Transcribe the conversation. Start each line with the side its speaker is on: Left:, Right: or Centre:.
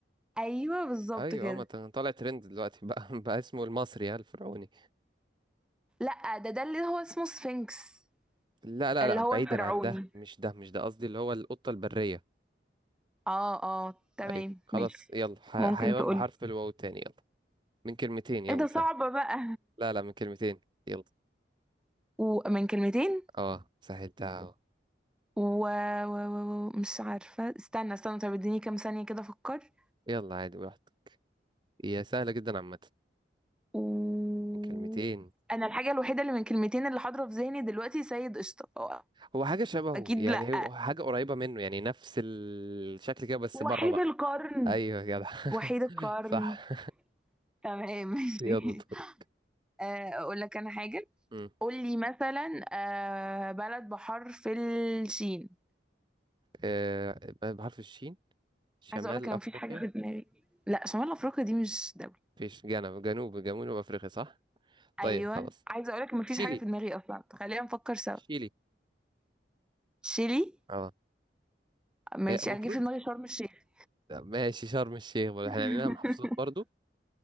Centre: ايوه بالظبط
Right: ايوه
Centre: كده
Right: آه، ما ت- طالع ترند دلوقتي بقى <laughs> بقى اسمه المصري ها الفرعوني
Centre: لا ده ده اللي هو اسمه سفنكس
Right: لا لا
Centre: اللي
Right: لا
Centre: هو
Right: بعيدا
Centre: الفرعوني
Right: عن ده مش ده مش ده قصدي اللي هو القطة البرية
Centre: اه اه تمام
Right: ايوه خلاص
Centre: ماشي
Right: يلا ح-
Centre: ممكن
Right: حيوان
Centre: تقولي
Right: بحرف الواو تاني يلا من كلمتين يلا
Centre: ايه ده
Right: سهل
Centre: صعبة بقى
Right: لا لا من كلمتين يلا
Centre: ومن كلمتين
Right: اه سهلتها اهو
Centre: و... و... و... و- مش عارفة استنى استنى طب اديني كام ثانية كده افكر
Right: يلا عادي براحتك هي سهلة جدا عامة
Centre: و...
Right: من كلمتين
Centre: انا الحاجة الوحيدة اللي من كلمتين اللي حاضرة في ذهني دلوقتي سيد قشطة هو
Right: هو حاجة شبهه
Centre: اكيد
Right: يعني
Centre: لأ
Right: هو حاجة قريبة منه يعني نفس الشكل كده بس
Centre: وحيد
Right: بره بقى
Centre: القرن
Right: ايوه يا جدع
Centre: وحيد
Right: <laughs>
Centre: القرن
Right: صح
Centre: تمام ماشي
Right: <laughs> يلا دور
Centre: <laughs> آه، اقول لك انا حاجة
Right: مم.
Centre: قول لي مثلا آه، بلد بحرف الشين
Right: آه، بحرف الشين شمال
Centre: عايزه اقول لك انا
Right: أفريقيا
Centre: مفيش حاجه في <laughs> دماغي لا شمال افريقيا دي مش دوله
Right: فيش جنوب جنوب جنوب أفريقيا صح طيب
Centre: ايوه
Right: خلاص
Centre: عايزه اقول لك مفيش
Right: شيلي
Centre: حاجه في دماغي اصلا خلينا نفكر سوا
Right: شيلي
Centre: شيلي
Right: اه
Centre: ماشي
Right: هي المفروض
Centre: انا جه في دماغي شرم الشيخ
Right: ماشي شرم الشيخ برضه
Centre: <laughs>
Right: احنا عندنا محافظات برضو